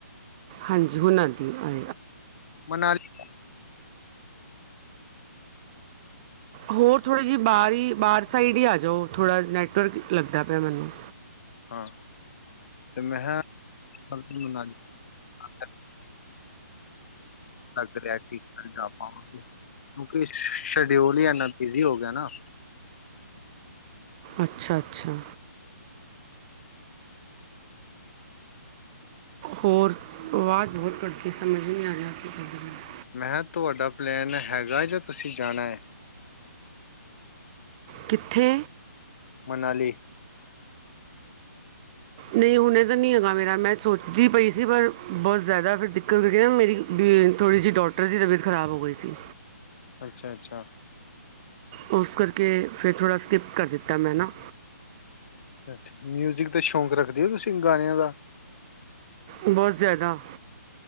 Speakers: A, on the right (about 25°); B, on the left (about 50°).
A: ਹਾਂਜ <unintelligible> ਦੀ ਐ
B: ਮਨਾਲੀ
A: ਹੋਰ ਥੋੜ੍ਹੇ ਜੀ ਬਾਰੀ ਬਾਰ ਸਾਈਡ ਈ ਆਜੋ ਥੋੜ੍ਹਾ ਨੈੱਟਵਰਕ ਲੱਗਦਾ ਪਿਆ ਮੈਨੂੰ
B: ਹਾਂ ਤੇ ਮੈਂ ਹਾ <unintelligible> ਲੱਗ ਰਿਆ ਕਿ ਕੱਲ ਜਾ ਪਾਵਾਗੇ ਕਿਉਂਕਿ ਸ਼ਡਿਊਲ ਈ ਐਨਾ ਬਿਜ਼ੀ ਹੋ ਗਿਆ ਨਾ
A: ਅੱਛਾ-ਅੱਛਾ, ਹੋਰ ਆਵਾਜ਼ ਬਹੁਤ ਕਟਦੀ ਸਮਝ ਈ ਨੀ ਰਿਹਾ <unintelligible>
B: ਮੈਂਹਾਂ ਤੁਹਾਡਾ ਪਲੇੈਨ ਹੈਗਾ ਜਾਂ ਤੁਸੀਂ ਜਾਣਾ ਐ?
A: ਕਿੱਥੇ?
B: ਮਨਾਲੀ।
A: ਨਈ ਹੁਣੇ ਤਾਂ ਨੀ ਹੈਗਾ ਮੇਰਾ ਮੈਂ ਸੋਚਦੀ ਪਈ ਸੀ ਪਰ ਬੋਤ ਜਾਦਾ ਫਿਰ ਦਿੱਕਤ ਹੋ ਗਈ <unintelligible> ਮੇਰੀ ਵੀ ਥੋੜ੍ਹੀ ਜੀ ਡੋਟਰ ਦੀ ਤਬੀਅਤ ਖ਼ਰਾਬ ਹੋ ਗਈ ਸੀ।
B: ਅੱਛਾ-ਅੱਛਾ,
A: ਉਸ ਕਰਕੇ ਫਿਰ ਥੋੜ੍ਹਾ ਸਕਿੱਪ ਕਰ ਦਿੱਤਾ ਮੈਂ ਨਾ।
B: ਅੱਛਾ ਮਿਊਜਿਕ ਦਾ ਸ਼ੌਂਕ ਰੱਖਦੇ ਔ ਤੁਸੀਂ ਗਾਣਿਆਂ ਦਾ?
A: ਬਹੁਤ ਜਾਦਾ।